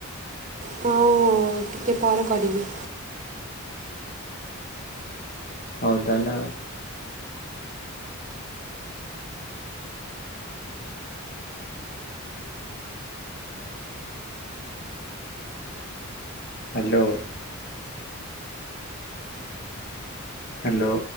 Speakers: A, on the right; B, on the left.
A: ହଉ ଟିକିଏ ପରେ କରିବି।
B: ହଉ ତାହାଲେ ଆଉ। ହ୍ୟାଲୋ। ହ୍ୟାଲୋ।